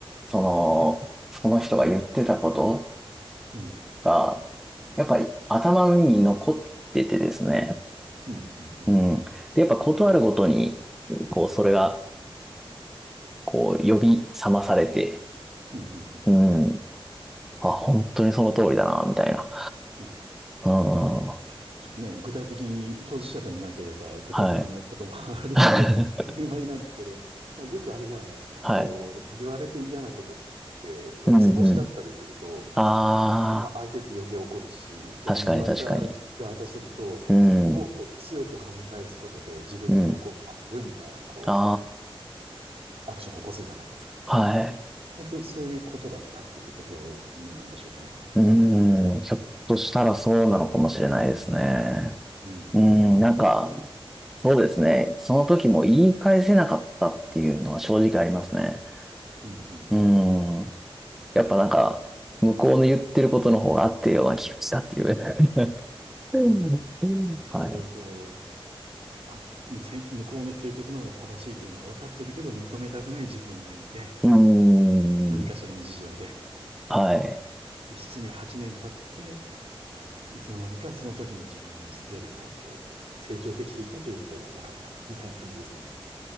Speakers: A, in the centre; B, on the right (about 75°).
A: その、その人が言ってたこと
B: うん、
A: が、やっぱり頭に残っててですね。
B: うん、うん、うん、
A: うん。で、やっぱことあるごとに、こう、それが、こう、呼び覚まされて、
B: うん、うん、
A: うん。
B: うん。
A: あ、本当にその通りだな、みたいな。
B: うん
A: うん。
B: まあちょっとね、具体的に当事者でもなければ、具体的なことも
A: はい。
B: <laughs> あれなので、
A: <laughs>
B: <laughs> あれなんですけど、まあ、よくあれじゃないですか。
A: はい。
B: こう、言われて嫌なことって、こう、
A: うんうん。
B: 図星だったりすると、
A: あ
B: まあ、相手って余計怒るし、逆に言われた
A: あ、確かに確かに。
B: 側とすると、
A: うん。
B: ノートを強く跳ね返すことで自分の心を守るみたいな、
A: うん
B: こう、
A: あ
B: アクションを起こすじゃないですか。
A: あ、はい。
B: 割とそういうことだったっていうことなんでしょうかね。
A: うん、ひょっとしたらそうなのかもしれないですね。
B: うん、
A: うん、
B: うん、
A: なんか、そうですね。その時も言い返せなかったっていうのは正直ありますね。
B: うん、うん、
A: うん、
B: うん、
A: やっぱなんか、
B: うん。
A: 向こうの言ってることの方が合ってるような気がしたっていう。<laughs> うんうんはい。
B: うん。まあじゃあ、それをこう、あ、せ向こうの言ってることの方が正しいというのは分かってるけど、認めたくない自分がいて、
A: うん、
B: 何かしらの事情で、
A: はい。
B: で7年、8年経って、あ、いつの間にかその時の自分のよりも、こう、成長できていたということが分かった、みたいな感じですかね。